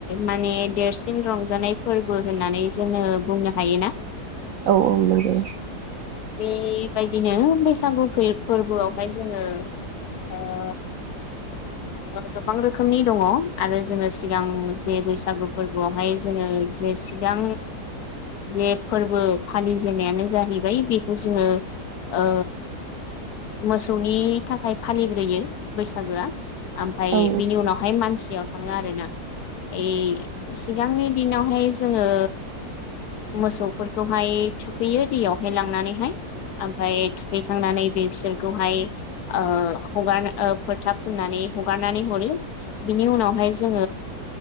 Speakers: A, on the left; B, on the right.
A: माने देरसिन रंजानाय फोरबो होननानै जोङो बुं नो हायोना।
B: औ औ नंगौ
A: बे बायदिनो बैसागु फै-फोर्बोआवहाय जोङो ओ गोबां रोखोमनि दङ आरो जोङो सिगां जे बैसागु फोरबोआवहाय जोङो जे सिगां जे फोरबो फालिजेननायानो जाहैबाय बेखौ जोङो ओ मोसौनि थाखाय फालिग्रोयो बैसागोआ । ओमफफ्राय
B: औ
A: बिनि उनावहाय मानसि बिटियाव थाङो आर ना ओ सिगांनि दिनावहाय जोङो मोसौफोरखौहाय थुखैयो दैयाहाय लांनानैहाय ओमफ्राय थुखैखांनानै बि बिसोरखौहाय ओ हगा ओ फोथा फोननानै हगार हरो बिनि उनावहाय जों